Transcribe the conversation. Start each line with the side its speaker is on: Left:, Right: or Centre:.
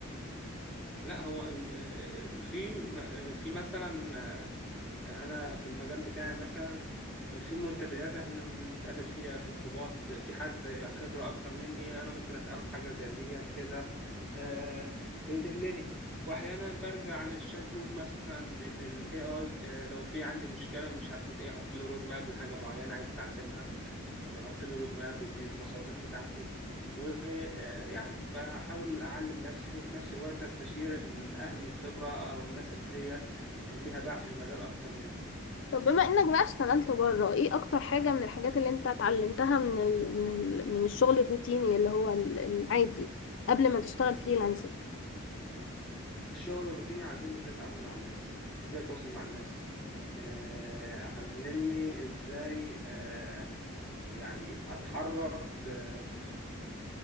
Centre: لا هو ال- آه، آه، في م- آه، في مثلا آه، انا في المجال بتاعي مثلا آه، في منتديات احنا بنتقابل فيها في جروبات في حد خبرة اكتر مني انا ممكن اساله في حاجة زي ديت كده آه، بيدلني واحيانا برجع للشات بوت مثلا للاي اي لو في عندي مشكله مش عارفه ايه احط له رود ماب لحاجه معينه عايز اتعلمها فبحط له رود ماب ودي المصادر بتاعتي ويعني بحاول اعلم نفسي وفي نفس الوقت استشير الاهل الخبره او الناس اللي هي ليها باع في المجال اكتر مني
Left: طب بما انك بقى اشتغلت بره ايه اكتر حاجة من الحاجات اللي انت اتعلمتها من ال... من ال... من الشغل الروتيني اللي هو ال- العادي قبل ما تشتغل فريلانسنج
Centre: الشغل الروتيني علمني ازاي اتعامل مع الناس ازاي اتواصل مع الناس آه، علمني ازاي آه، يعني اتحرك آه،